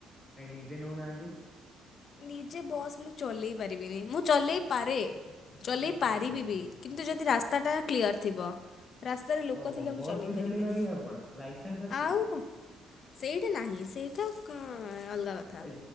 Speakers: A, in the centre; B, on the left.
A: କାଇଁ ନିଜେ ନଉନାହାନ୍ତି?
B: ନିଜେ ବସ୍ ମୁଁ ଚଲେଇ ପାରିବିନି ମୁଁ ଚଲେଇ ପାରେ ଚଲେଇ ପାରିବି
A: ହଁ।
B: ବି କିନ୍ତୁ ଯଦି ରାସ୍ତାଟା କ୍ଲିୟର ଥିବ। ରାସ୍ତାରେ ଲୋକ
A: ଓହୋ
B: ଥିଲେ ମୁଁ
A: ବସ୍ ବି
B: ପାରିବିନି
A: ଚଲେଇ ପାରିବେ ଆପଣ ଲାଇସେନ୍ସ ଅଛି?
B: ଆଉ କଣ? ସେଇଟା ନାହିଁ ସେଇଟା ଅଲଗା କଥା
A: ଆ